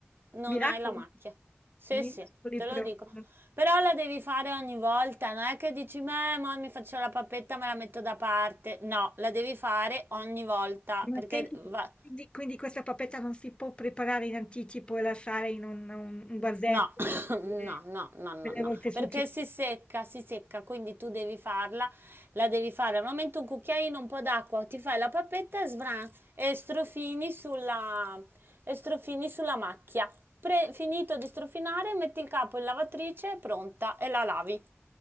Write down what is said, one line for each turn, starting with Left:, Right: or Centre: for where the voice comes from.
Right: non
Left: Miracoli,
Right: hai la macchia. Sì,
Left: miracoli
Right: sì, te
Left: proprio.
Right: lo dico. Però la devi fare ogni volta, non è che dici, "Meh, mo mi faccio la pappetta, me la metto da parte". No, la devi fare ogni volta,
Left: Ma
Right: perché
Left: senti,
Right: va-
Left: quindi, quindi questa papetta non si può preparare in anticipo e lasciare in un, un, un vasetto
Right: No, <coughs> no,
Left: per le
Right: no, no, no,
Left: per
Right: no,
Left: le volte
Right: perché
Left: successive.
Right: si secca, si secca, quindi tu devi farla, la devi fare al momento un cucchiaino, un po' d'acqua, ti fai la pappetta e svran, e strofini sulla, e strofini sulla macchia. Pre- finito di strofinare, metti il capo in lavatrice, è pronta, e la lavi.